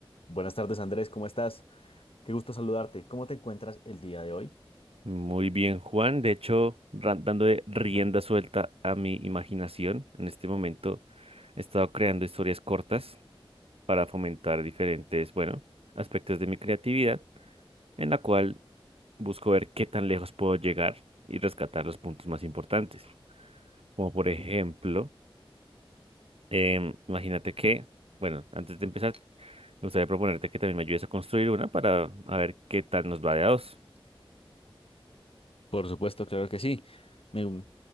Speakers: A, on the left (about 75°); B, on the right (about 80°).
A: Buenas tardes, Andrés, ¿cómo estás? Qué gusto saludarte. ¿Cómo te encuentras el día de hoy?
B: Muy bien, Juan. De hecho, ran- dando rienda suelta a mi imaginación, en este momento he estado creando historias cortas para fomentar diferentes, bueno, aspectos de mi creatividad, en la cual busco ver qué tan lejos puedo llegar y rescatar los puntos más importantes. Como por ejemplo, em, imagínate que, bueno, antes de empezar, me gustaría proponerte que también me ayudes a construir una para a ver qué tal nos va de a dos.
A: Por supuesto, claro que sí. Me, mm,